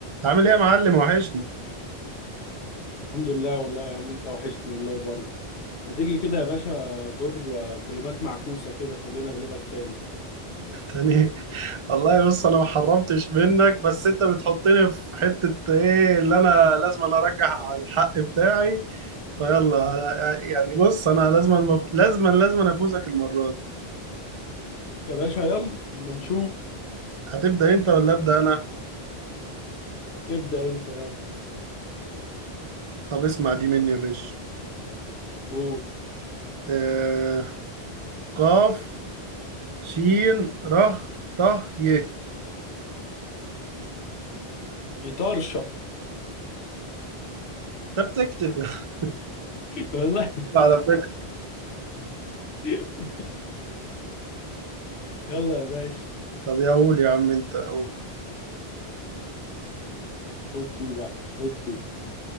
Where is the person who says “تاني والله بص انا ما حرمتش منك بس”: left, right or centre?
Right